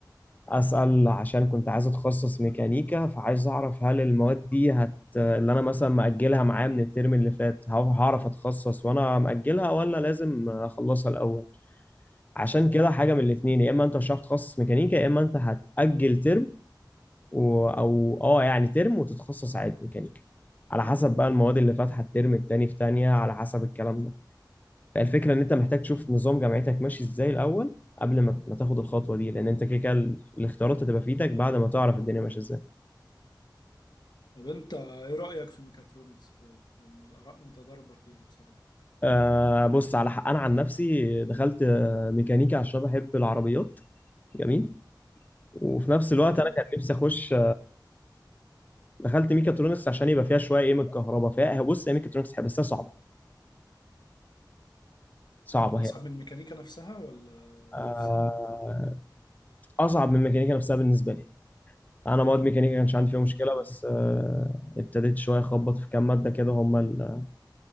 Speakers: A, on the left; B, on the left.
A: اسال عشان كنت عايز اتخصص ميكانيكا فعايز اعرف هل المواد دي هت اللي انا مثلا مأجلها معايا من الترم اللي فات هعرف اتخصص وانا مأجلها ولا لازم اخلصها الاول عشان كده حاجه من الاثنين يا اما انت مش هتعرف تتخصص ميكانيكا يا اما انت هتأجل ترم و... او اه يعني ترم وتتخصص عادي ميكانيكا على حسب بقى المواد اللي فاتحه الترم التاني في تانية على حسب الكلام ده فالفكره ان انت محتاج تشوف نظام جامعتك ماشي ازاي الاول قبل ما ما تاخد الخطوه دي لان انت كده كده ال- الاختيارات هتبقى في ايدك بعد ما تعرف الدنيا ماشيه ازاي
B: طب انت ايه رأيك في ميكاترونكس طيب لان الآراء متضاربة فيها بصراحة
A: آه بص على حق انا عن نفسي دخلت آه، ميكانيكا عشان بحب العربيات جميل وفي نفس الوقت
B: آه.
A: انا كان نفسي اخش دخلت ميكاترونكس عشان يبقى فيها شويه ايه من الكهرباء فيها بص هي ميكاترونكس حلوة، بس هي صعبه صعبه
B: اصعب
A: هي
B: من الميكانيكا نفسها ولا
A: آه،
B: نفس الحوار برضه
A: اصعب من ميكانيكا نفسها بالنسبه لي انا مواد ميكانيكا كانش عندي فيها
B: مم.
A: مشكله بس آه، ابتديت شويه اخبط في كام ماده كده هم ال-